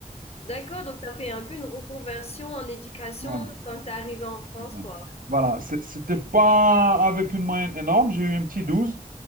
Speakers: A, on the left; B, on the right.
A: D'accord, donc t'as fait un peu une reconversion en éducation
B: Voilà.
A: quand t'es arrivé en France,
B: voilà.
A: quoi.
B: Voilà, c'est- c'était pas avec une moyenne énorme, j'ai eu un petit 12,